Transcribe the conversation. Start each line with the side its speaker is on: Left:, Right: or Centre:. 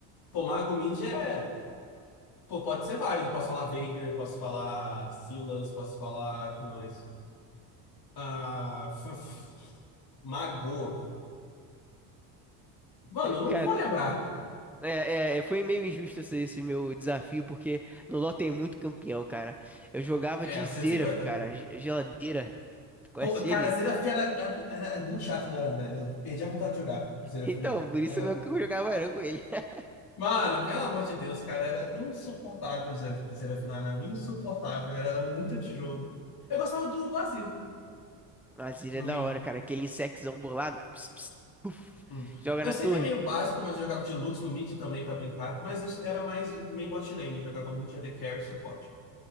Left: Pô, Mago Mid é. Pô, pode ser vários. Eu Posso falar Veigar, posso falar Silas, posso falar. Quem mais? Ah, f- f- Magô. Mano, eu não
Centre: Cara,
Left: vou lembrar.
Centre: é, é- é, foi meio injusto esse, esse meu desafio, porque no LoL tem muito campeão, cara. Eu jogava
Left: É,
Centre: de
Left: o cento
Centre: Xerath,
Left: e cinquenta
Centre: cara. Ge- Geladeira. Tu conhece
Left: Pô, cara,
Centre: ele?
Left: Zerafera
Centre: <laughs>
Left: era, era, era muito chato, não era, velho? Eu perdi a vontade de jogar. Zerafim.
Centre: Então, por isso
Left: Mano,
Centre: mesmo que eu jogava Aran com ele. <laughs>
Left: mano, pelo amor de Deus, cara, era insuportável Zerafim, era insuportável, era muito antijogo. Eu gostava do, do Azir,
Centre: Mas ele
Left: no
Centre: é da
Left: meio
Centre: hora, cara. Aquele insectzão bolado. Ps, ps, puf,
Left: Hum.
Centre: joga
Left: Eu
Centre: na
Left: sei
Centre: torre.
Left: que é meio básico, mas eu jogava de Lux no mid também pra brincar, mas eu era mais meio bot lane, eu jogava muito AD Carry e suporte.